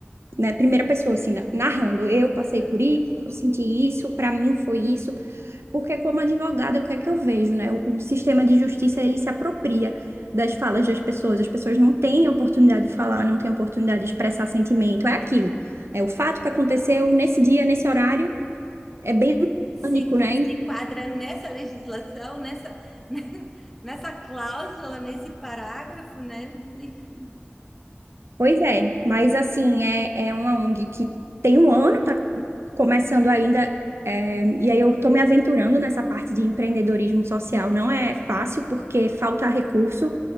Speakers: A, on the right; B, in the centre.
A: né, primeira pessoa, assim, na- narrando. Eu passei
B: aham.
A: por isso, eu senti isso, para mim foi isso. Porque como advogada, o que é que eu vejo, né? O, o sistema de justiça, ele se apropria das falas das pessoas. As pessoas não têm a oportunidade de falar, não têm a oportunidade de expressar sentimento. É aquilo. É o fato que aconteceu nesse dia, nesse horário, é bem
B: Se,
A: pânico,
B: en-
A: né?
B: se enquadra nessa legislação, nessa, <laughs> nessa cláusula, nesse parágrafo, né? Enfim.
A: Pois é, mas assim, é, é uma ONG que tem um ano, tá começando ainda, é, e aí eu tô me aventurando nessa parte de empreendedorismo social. Não é fácil, porque falta recurso,